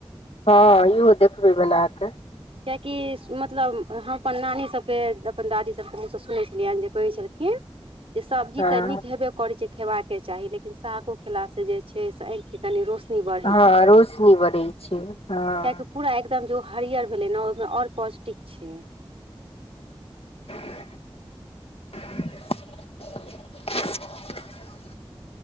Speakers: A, on the left; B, on the right.
A: हँ इहो देखबै बना कऽ
B: किएकि मतलब हम अपन नानीसभके अपन दादीसभके मुँहसँ सुनै छलियनि जे कहै छलखिन जे सब्जी
A: हँ
B: तऽ नीक हेबे करैत छै खेबाके चाही लेकिन सागो खेलाँ जे छै से ऑंख कनि रोशनी बढ़ै
A: हँ
B: छै
A: रोशनी बनै छै हँ
B: कियकि पूरा एकदम जे ओ हरियर भेलै ने ओहिमे आओर पॉसटिक छै
A: <inaudible>